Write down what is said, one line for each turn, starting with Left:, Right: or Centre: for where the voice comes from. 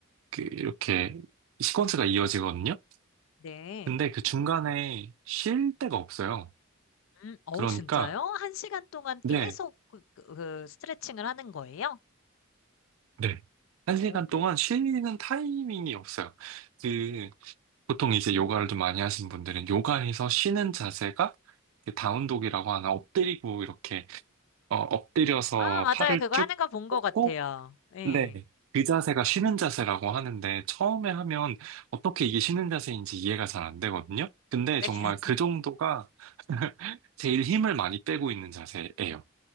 Right: 그, 이렇게, 시퀀스가 이어지거든요?
Left: 네.
Right: 근데 그 중간에 쉴 데가 없어요.
Left: 음. 어우
Right: 그러니까,
Left: 진짜요? 1 시간 동안
Right: 네.
Left: 계속 그 그 그 스트레칭을 하는 거예요?
Right: 네. 한
Left: 오.
Right: 시간 동안 쉬는 타이밍이 없어요. 그, 보통 이제 요가를 좀 많이 하신 분들은 요가에서 쉬는 자세가 그 다운독이라고 하나 엎드리고 이렇게, 어, 엎드려서
Left: 아 맞아요.
Right: 팔을
Left: 그거
Right: 쭉
Left: 하는 거 본 것
Right: 뻗고,
Left: 같아요. 예.
Right: 네. 그 자세가 쉬는 자세라고 하는데 처음에 하면 어떻게 이게 쉬는 자세인지 이해가 잘 안 되거든요. 근데
Left: 네.
Right: 정말
Left: <laughs>
Right: 그 정도가 <laughs> 제일 힘을 많이 빼고 있는 자세예요.